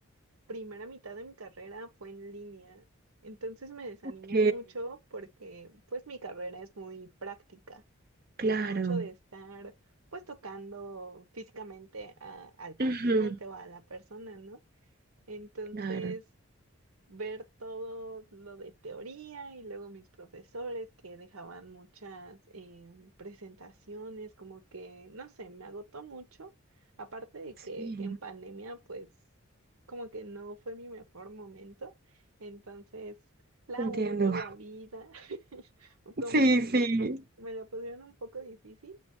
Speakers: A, on the right; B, on the right.
A: primera mitad de mi carrera fue en línea. Entonces me desanimó
B: Ok,
A: mucho porque pues mi carrera es muy práctica,
B: claro.
A: es mucho de estar pues tocando físicamente a- al paciente
B: Ujú,
A: o a la persona, ¿no? Entonces
B: Claro.
A: ver todo lo de teoría y luego mis profesores que dejaban muchas eh, presentaciones, como que, no sé, me agotó mucho. Aparte de
B: Sí,
A: que en pandemia, pues, como que no fue mi mejor momento. Entonces, la
B: te entiendo.
A: uni,
B: <laughs>
A: la vida, <laughs> como
B: Sí, sí.
A: me lo pusieron un poco difícil,